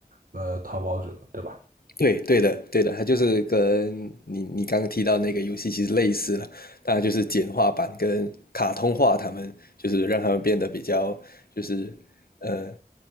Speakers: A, on the right; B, on the left.
A: 呃逃跑者，对吧？
B: 对，对的，对的，它就是跟你你刚刚提到那个游戏其实类似了，当然就是简化版跟卡通化，他们就是让他们变得比较就是呃